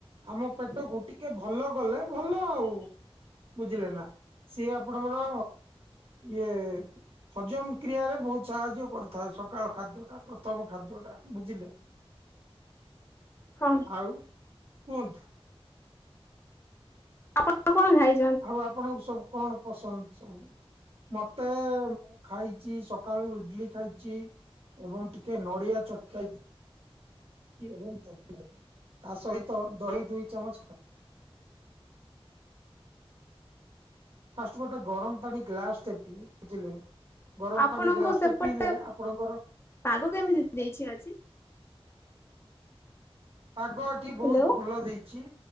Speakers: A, on the right; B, on the left.
A: ଆମ ପେଟକୁ ଟିକେ ଭଲ ଗଲେ ଭଲ ଆଉ। ବୁଝିଲେ ନା ସିଏ ଆପଣଙ୍କର ଇଏ ହଜମ କ୍ରିୟାରେ ବହୁତ ସାହାଯ୍ୟ କରିଥାଏ ସକାଳ ଖାଦ୍ୟଟା ପ୍ରଥମ ଖାଦ୍ୟଟା ବୁଝିଲେ
B: ହଁ
A: ଆଉ କୁନ୍ତ
B: ଆପଣଙ୍କ କଣ ଖାଇ
A: ଆଉ ଆପଣଙ୍କୁ ସବୁ କଣ ପସନ୍ଦ ସବୁ ମତେ ମୁଁ ଖାଇଛି ସକାଳୁ ଇଡଲି ଖାଇଛି ଏବଂ ଟିକେ ନଡ଼ିଆ ଚକାଇ ଏବଂ ଚଟ ତା ସହିତ ଦହି ଦୁଇ ଚାମଚ ଖା ଫା ଗୋଟେ ଗରମ ପାଣି ଗଲାଷ୍ଟ ବୁଝିଲେ ନା ଗରମ
B: ଆପଣଙ୍କ
A: ପାଣି ଗ୍ଲାସ
B: ସେପଟେ
A: ଟା ପିଇଲେ ଆପଣଙ୍କର
B: ପାଗ କେମିତି ଦେଇଛି ଆଜି
A: ପାଗଠି ବହୁତ
B: ହ୍ୟାଲୋ
A: ଭଲ ଦେଇଛି